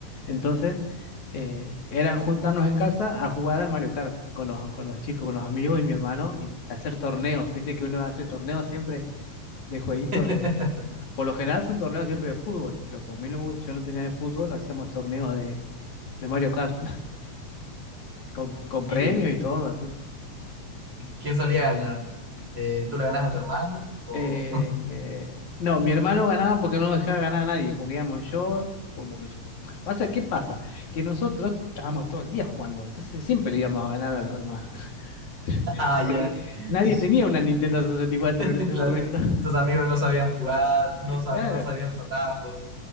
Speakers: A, on the left; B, on the right.
A: entonces eh, era juntarnos en casa a jugar al Mario Kart con los, con los chicos, con los amigos y mi hermano y hacer torneos, viste que uno hace torneos siempre de jueguitos
B: <laughs>
A: de... Por lo general son torneos siempre de fútbol, pero como a mí no me gu- yo no tenía de fútbol, hacíamos torneos de, de Mario Kart <laughs> con, con premios
B: ¿Y
A: y todo, así.
B: quién solía ganar? Eh, ¿tú le ganas a tu hermano? O...
A: Eh,
B: <laughs>
A: eh, no, mi hermano ganaba porque no dejaba ganar a nadie, porque digamos, yo, como que yo- Pasa, ¿qué pasa? Que nosotros estábamos todo el día jugando, entonces siempre le íbamos a ganar a los demás, <laughs>
B: Ah,
A: porque
B: ya.
A: nadie
B: Sus,
A: tenía una Nintendo 64
B: <laughs>
A: en ese
B: cla-
A: momento. <laughs>
B: tus amigos no sabían jugar, no, sa-
A: Claro,
B: no sabían los atajos